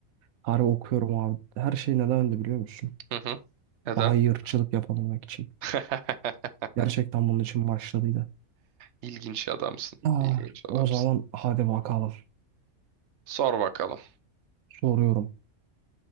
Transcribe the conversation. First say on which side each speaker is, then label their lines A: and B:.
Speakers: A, on the right; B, on the right.
A: Harbi okuyorum abi. Her şey neden öndü biliyor musun?
B: Hı hı. Neden?
A: Daha iyi ırkçılık yapabilmek için.
B: <laughs>
A: Gerçekten bunun için başladıydı.
B: İlginç adamsın.
A: Ah,
B: İlginç adamsın.
A: o zaman hadi bakalım.
B: Sor bakalım.
A: Soruyorum.